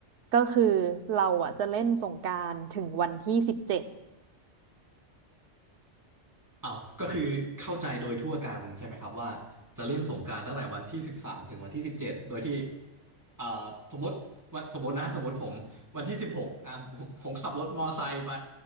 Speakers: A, on the right; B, on the right.
A: ก็คือเราอะจะเล่นสงกรานต์ถึงวันที่สิบเจ็ด
B: อ้าวก็คือเข้าใจโดยทั่วกันใช่ไหมครับว่าจะเล่นสงกรานต์ตั้งแต่วันที่สิบสามถึงวันที่สิบเจ็ดโดยที่เอ่อสมมติวันสมมตินะสมมติผมวันที่สิบหกอ่ะผมผมขับรถมอไซค์ไป